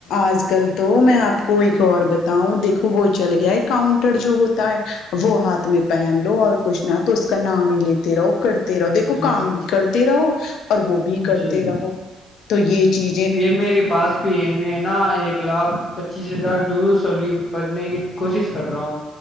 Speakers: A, on the left (about 75°); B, on the left (about 40°).
A: آج کل تو میں آپ کو ایک اور بتاؤں دیکھو وہ چل گیا ہے کاؤنٹر جو ہوتا ہے وہ ہاتھ میں پہن لو اور کچھ نہ تو اس کا نام ہی لیتے رہو کرتے رہو دیکھو
B: جی
A: کام بھی کر رہو اور وہ بھی کرتے
B: جی
A: رہو تو یہ چیزیں
B: یہ میرے <unintelligible> پاس پی ای میں نا ایک لاکھ پچیس ہزار دور شری پڑھنے کی کوشش کر رہا ہوں